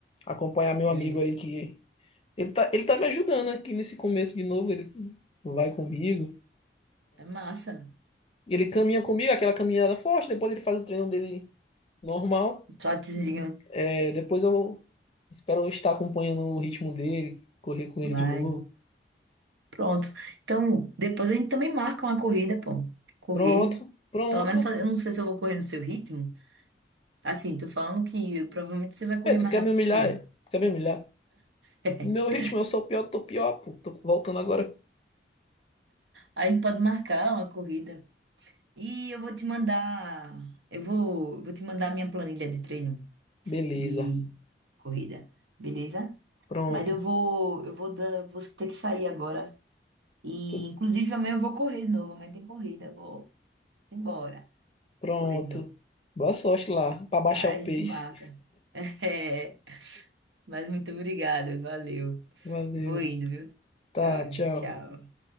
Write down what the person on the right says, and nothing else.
Ele
é massa.
Trotezinho.
Vai.
Pronto. Então, depois a gente também marca uma corrida, pô. Correr.
Pelo menos fazer. Eu não sei se eu vou correr no seu ritmo. Assim, tô falando que provavelmente você vai correr
mais
rápido
que eu.
<laughs>
A gente pode marcar uma corrida. E eu vou te mandar. Eu vou, eu vou te mandar a minha planilha de treino.
de corrida, beleza?
Mas eu vou, eu vou dar, vou ter que sair agora. E
inclusive amanhã eu vou correr de novo, amanhã tem corrida, eu vou embora,
correr de novo.
Aí
a gente
marca. <laughs> É, mas muito obrigada, valeu.
Vou indo, viu?
Tá,
tchau.